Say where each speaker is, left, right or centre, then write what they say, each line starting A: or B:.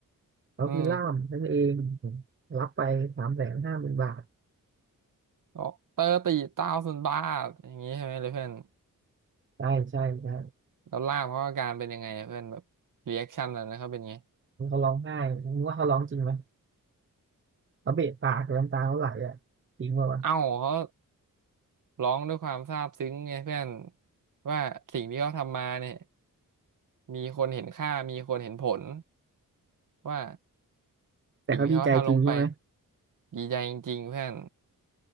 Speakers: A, on the right; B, on the right.
A: เขาคือล่ามนั่นเอง
B: อืม
A: รับไปสามแสนห้าหมื่นบาท
B: บอกเตอร์ตีเต้าสุนบ้าอย่างนี้ใช่ไหมเลยเพื่อน
A: ได้ใช่ใช่
B: แล้วล่ามเขาอาการเป็นยังไงเพื่อนแบบรีแอคชั่นอะไรนะเขาเป็นไง
A: เขาร้องไห้คุณว่าเขาร้องจริงไหม เขาเบะปากน้ำตาเขาไหลอ่ะจริงป่าวะ
B: เอ้าเขาร้องด้วยความซาบซึ้งไงเพื่อนว่าสิ่งที่เขาทำมาเนี่ยมีคนเห็นค่ามีคนเห็นผลว่า
A: แต่เขาดีใจจริงใช่ไหม
B: สิ่งที่เขาทำลงไปดีใจจริงๆเพื่อน